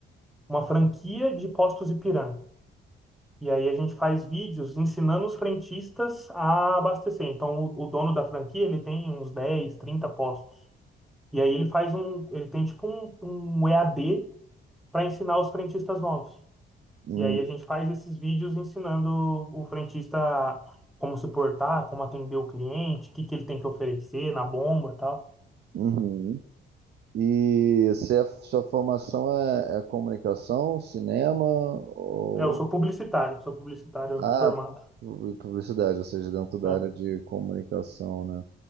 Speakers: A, in the centre; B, on the right (about 55°).
A: uma franquia de Postos Ipiranga. E aí a gente faz vídeos ensinando os frentistas a abastecer. Então o, o dono da franquia, ele tem uns 10 30 postos. E aí ele faz um, ele tem tipo um, um EAD para ensinar os frentistas novos.
B: Uhum.
A: E aí a gente faz esses vídeos ensinando o frentista como se portar, como atender o cliente, o que que ele tem que oferecer na bomba, e tal.
B: Uhum, E se a sua formação é, é comunicação, cinema ou
A: É, eu sou publicitário, sou publicitário
B: ah,
A: formado,
B: pu- publicidade, ou seja, dentro da
A: né?
B: área de comunicação, né?